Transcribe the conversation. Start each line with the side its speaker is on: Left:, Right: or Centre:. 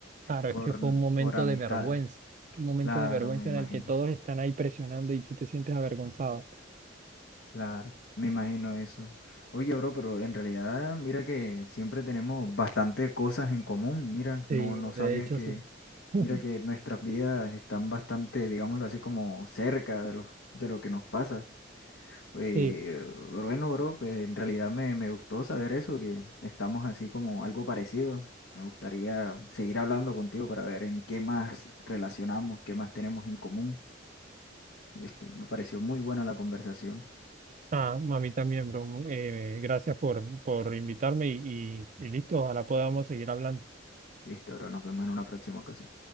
Right: Claro,
Left: por,
Right: es que fue un momento
Left: por amistades.
Right: de vergüenza, un momento
Left: Claro,
Right: de vergüenza
Left: me imagino,
Right: en el que todos están ahí presionando y tú te sientes avergonzado.
Left: claro, me imagino eso. Oye, bro, pero en realidad mira que siempre tenemos bastante cosas en común. Mira, no,
Right: Sí,
Left: no sabía
Right: de hecho,
Left: que,
Right: sí. <laughs>
Left: mira que nuestras vidas están bastante, digámoslo así, como cerca de lo, de lo que nos pasa. Eh,
Right: Sí,
Left: bueno, bro, pues en realidad me, me gustó saber eso, que estamos así como algo parecido. Me gustaría seguir hablando contigo para ver en qué más relacionamos, qué más tenemos en común. Este, me pareció muy buena la conversación.
Right: ah, a mí también, bro. Eh, gracias por, por invitarme y, y y listo, ojalá podamos seguir hablando.
Left: Listo, bro, nos vemos en una próxima ocasión.